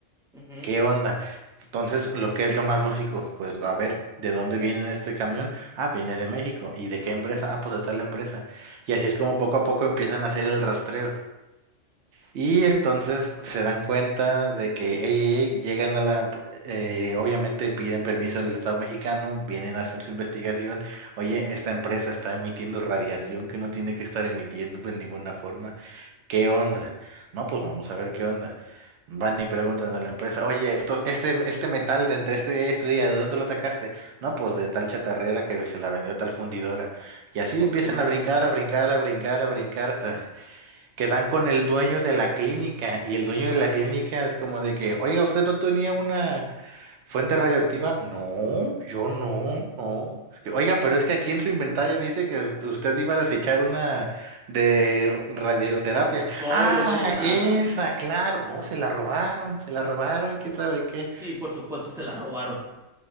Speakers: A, in the centre; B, on the right.
A: Ujú.
B: ¿Qué onda? Entonces, lo que es lo más lógico, pues a ver, ¿de dónde viene este camión? Ah, viene de México. ¿Y de qué empresa? Ah, pues de tal empresa. Y así es como poco a poco empiezan a hacer el rastreo. Y entonces se dan cuenta de que, ey, ey, ey, llegan a la, eh, obviamente piden permiso al Estado mexicano, vienen, hacen su investigación, oye, esta empresa está emitiendo radiación que no tiene que estar emitiendo de ninguna forma, ¿qué onda? No, pues vamos a ver qué onda. Van y preguntan a la empresa, oye, esto, este, este metal de entre este día y este día, ¿de dónde lo sacaste? No, pues de tal chatarrera que se la vendió a tal fundidora. Y así
A: No,
B: empiezan
A: por Dios.
B: a brincar, a brincar, a brincar, a brincar hasta... Quedan con el dueño de la clínica y el dueño de la clínica es como de que, oiga, ¿usted no tenía una fuente radioactiva? No, yo no, no. Es que, oiga, pero es que aquí en su inventario dice que us- usted iba a desechar una de r- radioterapia.
A: No,
B: Ah,
A: yo no hice nada.
B: esa, claro. No, se la robaron, se la robaron, quién sabe qué.
A: Sí, por supuesto, se la robaron.